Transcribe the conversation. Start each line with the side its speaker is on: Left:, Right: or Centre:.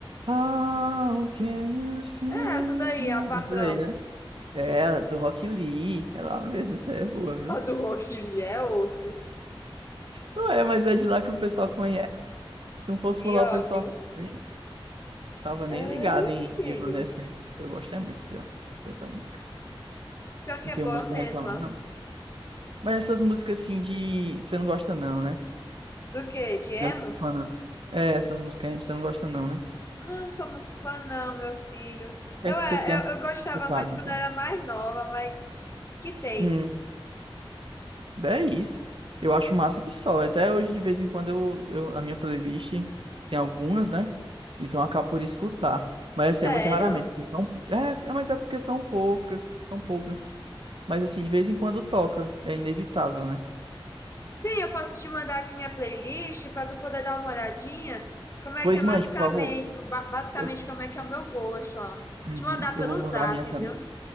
Right: How can you see?
Left: É essa daí,
Right: my-
Left: a padrão.
Right: Isso daí, né? É, do Rock Lee. É lá mesmo, isso aí é boa, viu?
Left: A do Rock Lee é osso.
Right: Não é, mas é de lá que o pessoal conhece. Se não fosse
Left: E
Right: por lá,
Left: óbvio.
Right: o pessoal nem tava nem
Left: É,
Right: ligado
Left: meu
Right: em
Left: filho.
Right: Evanescence. Eu gosto é muito, pior, dessa música.
Left: Pior que
Right: Não
Left: é
Right: tenho
Left: boa
Right: muito pra
Left: mesmo,
Right: reclamar,
Left: ó.
Right: não. Mas essas músicas assim de. Você não gosta, não, né?
Left: Do quê? De emo?
Right: Não é muito fã, não. É, essas músicas aí você não gosta, não, né? O
Left: Não, sou muito fã, não, meu filho.
Right: que
Left: Eu,
Right: é que
Left: é,
Right: você tem
Left: eu, eu gostava
Right: escutado,
Left: mais quando
Right: então?
Left: era mais nova, mas que tem.
Right: Hum, é isso. Eu acho massa que só. Até hoje, de vez em quando, eu, eu- a minha playlist tem algumas, né? Então eu acabo por escutar. Mas assim,
Left: Sério?
Right: é muito raramente. porque São, é, é, mas é porque são poucas, são poucas. Mas assim, de vez em quando toca. É inevitável, né?
Left: Sim, eu posso te mandar aqui minha playlist pra tu poder dar uma olhadinha. Como é
Right: Pois
Left: que é basicamente,
Right: mande, por favor.
Left: ba- basicamente
Right: Eu,
Left: como é que é o meu gosto, ó.
Right: Uhum,
Left: Te mandar
Right: eu
Left: pelo
Right: vou mandar
Left: zap,
Right: a minha também.
Left: viu?